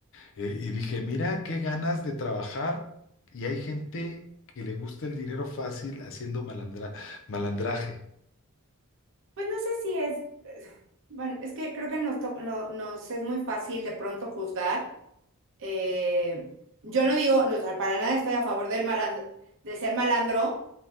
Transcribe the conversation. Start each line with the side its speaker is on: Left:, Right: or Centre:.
Left: Eh, y dije, mira qué ganas de trabajar y hay gente que le gusta el dinero fácil haciendo malandra- malandraje.
Right: Pues no sé si es, bueno, es que creo que nos, to- no- nos es muy fácil de pronto juzgar. Eh, yo no digo, o sea, para nada estoy a favor del malan- de ser malandro,